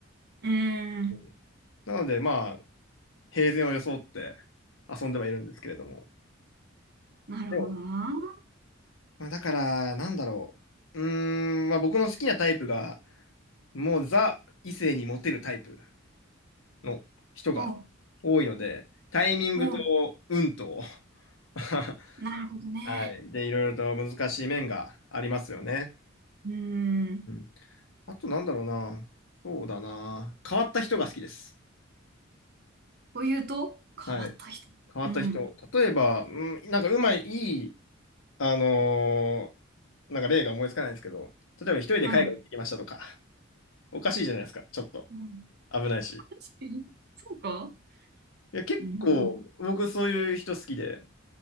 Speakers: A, on the right (about 55°); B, on the left (about 80°).
A: うん。うーん。
B: うんなので、まあ、平然を装って遊んではいるんですけれども、
A: なるほどな。
B: でも、まあ、だから、なんだろう。うーん、まあ僕の好きなタイプが、もうザ異性にモテるタイプの人が
A: お、
B: 多いので、タイミングと運と、
A: お、
B: <laughs>
A: なるほどね。
B: はい。で、いろいろと難しい面がありますよね。
A: うーん。
B: うん。あとなんだろうな。そうだな。変わった人が好きです。
A: というと、変わった人。
B: はい。変わった人。
A: うん。
B: 例えば、うん、なんかうまい、いい、あのーなんか例が思いつかないんですけど、例えば一人で海外行ってきましたとか、
A: はい。
B: おかしいじゃないですか、ちょっと。
A: うん、
B: 危ないし。
A: 確かにそうか。
B: いや、結構、
A: うん、なるほど。
B: 僕そういう人好きで、